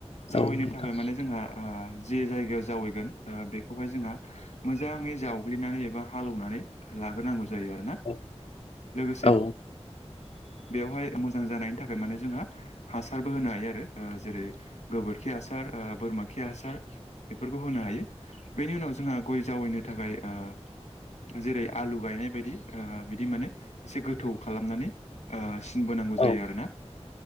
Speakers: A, on the left; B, on the left.
A: जावैनो
B: औ नोंथां
A: थाखाय माने जोंहा ओ जे जायगायाव जावैगोन बेखौहाय जोंहा मोजाङै जावग्लिनानै एबा हालेवनानै लाग्रोनांगौ जा जायो आरोना
B: औ
A: लोगोसे
B: औ
A: बेवहाय मोजां जानायनि थाखाय माने जोंहा हासारबो होनो हायो आरो जेरै गोबोरखि हास हासार ओ बोरमा खि हासार बेफोरखौ होनो हायो बेनि उनाव जोंङो गय जावैनो थाखाय ओ जेरै आलु गायनाय बायदि ओ बिदि माने एसे गोथौ खालामनानै ओ सिन बोनांगौ जायो
B: औ
A: आरोना